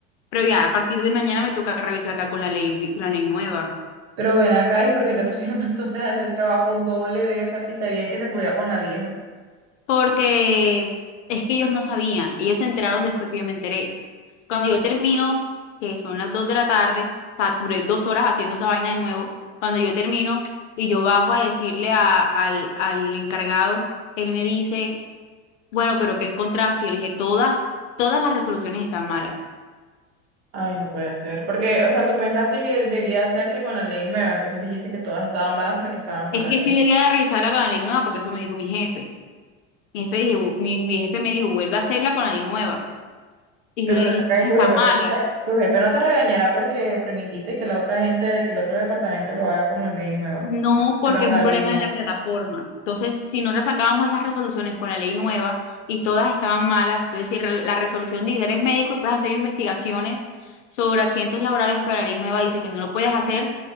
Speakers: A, on the left (about 80°); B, on the right (about 65°).
A: Pero ya, a partir de mañana me toca revisarla con la ley, vi- con la ley nueva.
B: Pero ven acá y porque te pusieron <laughs> entonces a hacer el trabajo doble vez, así sabían que se podía con la vieja.
A: Porque es que ellos no sabían. Ellos se enteraron después que yo me enteré. Cuando yo termino, que son las 2 de la tarde, o sea, duré dos horas haciendo esa vaina de nuevo. Cuando yo termino y yo bajo a decirle a- al, al encargado, él me dice, bueno, pero ¿qué encontraste? Y yo le dije, todas, todas las resoluciones están malas.
B: Ay, no puede ser. Porque, o sea, tú pensaste que debía hacerse con la ley nueva, entonces dijiste que todas estaban malas porque estaban con
A: Es
B: la
A: que
B: vieja.
A: sí debía de revisarla con la ley nueva, porque eso me dijo mi jefe. Mi jefe, dije, mi mi jefe me dijo, vuelve a hacerla con la ley nueva. Y
B: Pero
A: yo le
B: ven
A: dije,
B: acá,
A: no,
B: ¿y tu
A: están
B: jefe
A: malas.
B: no te, re- tu jefe no te regañará porque permitiste que la otra gente, que el otro departamento lo haga con la ley nueva.
A: No, porque
B: Perdón, con
A: es un
B: la ley
A: problema
B: vieja.
A: de la plataforma. Entonces, si nosotros sacábamos esas resoluciones con la ley nueva y todas estaban malas, entonces si re- la resolución dice, eres médico y puedes hacer investigaciones sobre accidentes laborales, pero la ley nueva dice que no lo puedes hacer,